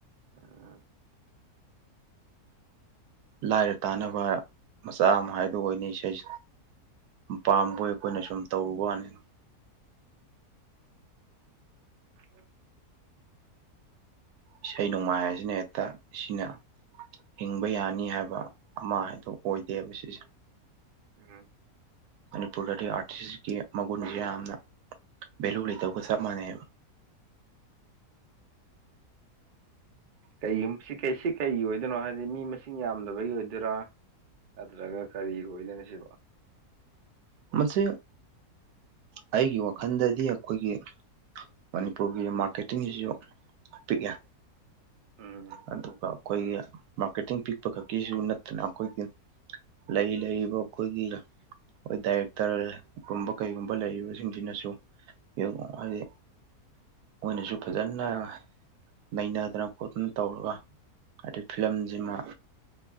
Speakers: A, on the right; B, on the right.
A: ꯎꯝ
B: ꯂꯥꯏꯔ ꯇꯥꯟꯅꯕ ꯃꯆꯥ ꯑꯃ ꯍꯥꯏꯗꯨ ꯑꯣꯏꯅꯤ ꯏꯁꯩ ꯄꯥꯝꯕꯣꯏ ꯑꯩꯈꯣꯏꯅ ꯁꯨꯝ ꯇꯧꯔꯨ ꯋꯥꯅꯤ
A: ꯎꯝ
B: ꯏꯁꯩ ꯅꯣꯡꯃꯥꯏ ꯍꯥꯏꯁꯤꯅ ꯍꯦꯛꯇ ꯁꯤꯅ ꯍꯤꯡꯕ ꯌꯥꯅꯤ ꯍꯥꯏꯕ ꯑꯃ ꯍꯥꯏꯗꯣ ꯑꯣꯏꯗꯦꯕ ꯁꯤꯁꯦ
A: ꯎꯝ
B: ꯃꯅꯤꯄꯨꯔꯗꯗꯤ ꯑꯥꯔꯇꯤꯁꯀꯤ ꯃꯒꯨꯟꯁꯦ ꯌꯥꯝꯅ ꯚꯦꯂꯨ ꯂꯩꯇꯕꯒ ꯆꯞ ꯃꯥꯟꯅꯩꯑꯦꯕ
A: ꯀꯩ ꯁꯤ ꯁꯤ ꯀꯩꯒꯤ ꯑꯣꯏꯗꯣꯏꯅꯣ ꯍꯥꯏꯕꯗꯤ ꯃꯤ ꯃꯁꯤꯡ ꯌꯥꯝꯗꯕꯒꯤ ꯑꯣꯏꯗꯣꯏꯔꯥ ꯅꯠꯇ꯭ꯔꯒ ꯀꯔꯤ ꯑꯣꯏꯗꯅ ꯁꯤꯕꯣ
B: ꯃꯁꯤ ꯑꯩꯒꯤ ꯋꯥꯈꯜꯗꯗꯤ ꯑꯩꯈꯣꯏꯒꯤ ꯃꯅꯤꯄꯨꯔꯒꯤ ꯃꯥꯔꯀꯦꯇꯤꯡꯁꯤꯁꯨ ꯄꯤꯛꯑꯦ
A: ꯎꯝ
B: ꯑꯗꯨꯒ ꯑꯩꯈꯣꯏꯒꯤ ꯃꯥꯔꯀꯦꯇꯤꯡ ꯄꯤꯛꯄ ꯈꯛꯀꯤꯁꯨ ꯅꯠꯇꯅ ꯑꯩꯈꯣꯏꯒꯤ ꯂꯩꯔꯤ ꯂꯩꯔꯤꯕ ꯑꯩꯈꯣꯏꯒꯤ ꯈꯣꯏ ꯗꯥꯏꯔꯦꯛꯇꯔꯒꯨꯝꯕ ꯀꯩꯒꯨꯝꯕ ꯂꯩꯔꯤꯕꯁꯤꯡꯁꯤꯅꯁꯨ ꯌꯕ ꯍꯥꯥꯢ <inaudible> ꯗꯤ ꯃꯣꯏꯅꯁꯨ ꯐꯖꯅ ꯅꯩꯅꯗꯅ ꯈꯣꯠꯇꯅ ꯇꯧꯔꯒ ꯍꯥꯏꯗꯤ ꯐꯤꯂꯝꯁꯤꯃ